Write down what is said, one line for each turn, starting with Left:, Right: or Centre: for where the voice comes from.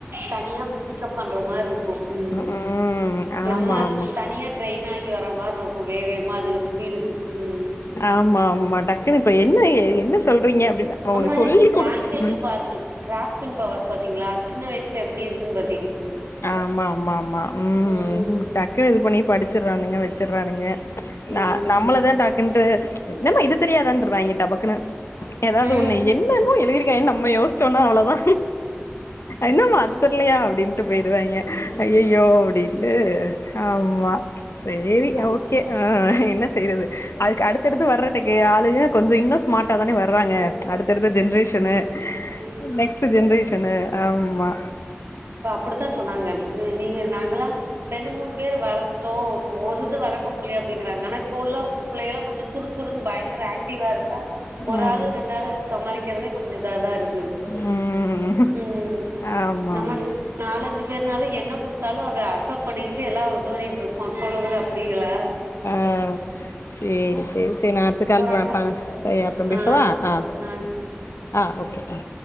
Right: தனியாப் பிக்கப் பண்றா மார்ருக்கு இரு உம்
Left: ம் ஆமா
Right: நம்ம
Left: ஆமா
Right: தனியா ட்ரெயின் ஆகி வர்றா மார்ருக்கு வேவேமா அதுக்கு ஸ்பீடுக்கு உம்
Left: ஆமா ஆமா டக்குன்னு இப்ப என்ன என்ன சொல்றீங்க அப்டின்னு நம்ம
Right: அத்
Left: ஒன்னு
Right: மாரி
Left: சொல்லி குடுக்
Right: லாங்வேஜும் பாருங்க கிராஸ்பின் பவர் பாத்தீங்ளா சின்ன வயசுல ப்டிருக்கும் ப
Left: ஆமாம்மாம்மா உம்
Right: ம்
Left: டக்குனு இது பண்ணி படிச்சுறானுங்க வச்சுட்றானுங்க ஏ
Right: ம்
Left: ந நம்மளதா டாக்குன்டு என்னமா இதுக் தெரியாதான்ருவாங்க டபக்குன்னு ஏதாவ்து
Right: ம்
Left: ஒன்னு என்னமோ எழுதிருக்காய்ங்கனு நம்ம யோசிச்சோனா அவ்ளோதா என்னமா அது தெர்லயா அப்டின் போயிருவாங்க ஐய யோ அப்டின்ட்டு ஆம்மா சேரி
Right: அ
Left: ஓக்கே ஆஹ் என்ன செய்றது அதுக் அடுத்தடுத்து <unintelligible> ஆளுக கொஞ்சோ இன்னு ஸ்மார்ட்டா தானே வர்றாங்க அடுத்தடுத்த ஜென்ரேஷன் னு
Right: சின்ன
Left: நெக்ஸ்ட் ஜென்ரேஷன்னு ஆம்மா
Right: அப்டி தா சொன்னாங்க நீங்க நாங்கலா ரெண்டு மூணு பேரு வளத்தோ இப்போ ஒரு இது வளக்க முடியல அப்டிங்கிறாங்க ஆனா இப்போ உள்ள பிள்ளைகல்லா கொஞ்சோ துருத்துருன்னு பயங்கர ஆக்டிவா இருக்கா ஒரு
Left: ம்
Right: ஆள் ரெண்டு ஆளு வச்சு சமாளிக்கிறதே கொஞ்சோ தலரு
Left: ம்
Right: உம்
Left: ஆமா
Right: நம
Left: ஆமா
Right: நாலஞ்சு பேர்னால என்ன குடுத் தாலு அது அசத் பண்ணிக்கிட்டு எல்லா <unintelligible> அப்ப உள்ளவங்க அப்படில
Left: ஆஹ் சேரி சரி சரி நா அடுத்து கால்
Right: ஒரு
Left: வாப்பா
Right: அக்கா
Left: அ அப்புறம் பேசவா
Right: ஆ
Left: ஆஹ்
Right: ஆ சரி
Left: ஆஹ் ஓகே.